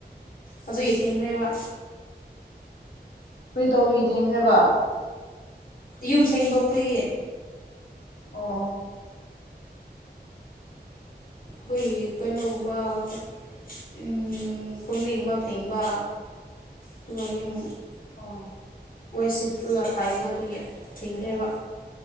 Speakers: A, on the left (about 55°); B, on the left (about 80°).
A: ꯑꯗꯨꯒꯤ ꯊꯦꯡꯈ꯭ꯔꯦꯕ
B: ꯀꯔꯤ ꯇꯧꯕꯒꯤ ꯊꯦꯡꯈ꯭ꯔꯦꯕꯥ
A: ꯌꯨꯝ ꯁꯦꯡꯗꯣꯛꯄꯒꯤ
B: ꯑꯣ
A: ꯈꯣꯏꯒꯤ ꯀꯩꯅꯣꯒꯨꯝꯕ ꯒꯨ ꯎꯝ ꯀꯣꯝꯕꯤꯒꯨꯝꯕ ꯐꯦꯡꯕ ꯇꯨꯒ ꯌꯨꯝ
B: ꯑꯣ
A: ꯋꯥꯏ ꯁꯤꯠꯂ ꯇꯥꯏꯕꯗꯨꯒꯤ ꯊꯤꯡꯈ꯭ꯔꯦꯕ